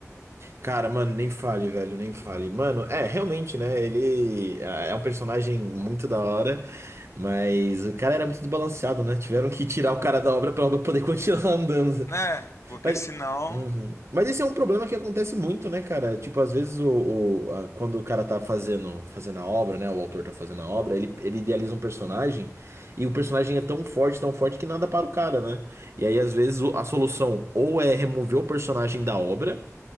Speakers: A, on the right; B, on the left.
A: Cara, mano, nem fale, velho, nem fale. Mano, é, realmente, né? Ele é é um personagem muito da hora, mas o cara era muito desbalanceado, né? Tiveram que tirar o cara da obra pra obra poder <laughs> continuar andando.
B: né? Porque
A: Mas,
B: senão.
A: Uhum. Mas esse é um problema que acontece muito, né, cara? Tipo, às vezes o, o- a- quando o cara tá fazendo, fazendo a obra, né? O autor tá fazendo a obra, ele, ele idealiza um personagem e o personagem é tão forte, tão forte que nada para o cara, né? E aí, às vezes, o- a solução ou é remover o personagem da obra,